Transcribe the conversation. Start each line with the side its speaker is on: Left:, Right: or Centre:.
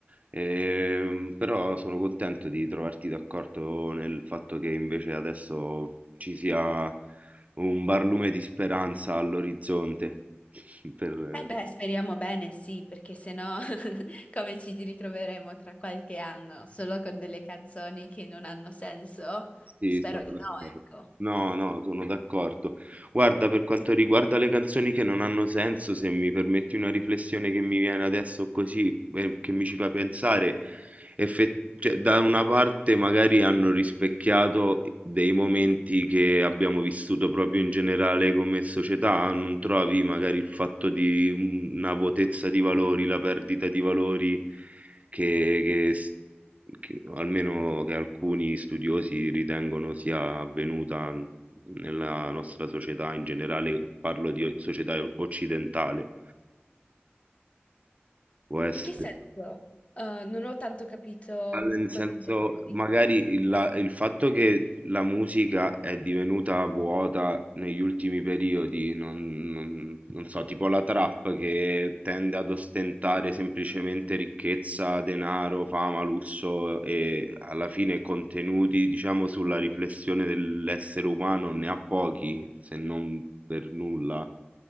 Right: Ehm, però sono contento di trovarti d'accordo nel fatto che invece adesso ci sia un barlume di speranza all'orizzonte <laughs> per,
Left: Eh beh, speriamo bene, sì, perché se no <laughs> Come ci ritroveremo tra qualche anno, solo con delle canzoni che non hanno senso?
Right: Sì,
Left: Spero
Right: sono
Left: di
Right: d'accordo.
Left: no, ecco.
Right: No, no, sono d'accordo. Guarda, per quanto riguarda le canzoni che non hanno senso, se mi permetti una riflessione che mi viene adesso così, eh, che mi ci fa pensare, effe- cioè, da una parte magari hanno rispecchiato dei momenti che abbiamo vissuto proprio in generale come società, non trovi magari il fatto di mm, una vuotezza di valori, la perdita di valori che, che s- che- almeno che alcuni studiosi ritengono sia avvenuta nella nostra società in generale, parlo di società occidentale, può essere
Left: In che senso? Eh, non ho tanto capito
Right: Ah, Nel
Left: cosa
Right: senso,
Left: intendevi.
Right: magari il, la- il fatto che la musica è divenuta vuota negli ultimi periodi, non, non- non so, tipo la trap che tende ad ostentare semplicemente ricchezza, denaro, fama, lusso e alla fine contenuti, diciamo, sulla riflessione dell'essere umano ne ha pochi, se non per nulla.